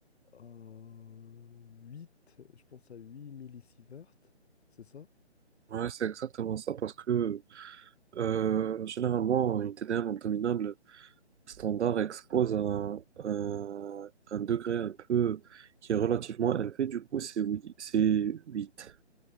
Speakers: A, on the left; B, on the right.
A: Euh, 8, je pense à huit millisieverts, c'est ça?
B: Ouais, c'est exactement ça parce que euh, généralement, une TDM abdominale, Standard expose un, un, un degré un peu qui est relativement élevé, du coup c'est 8. C'est huit.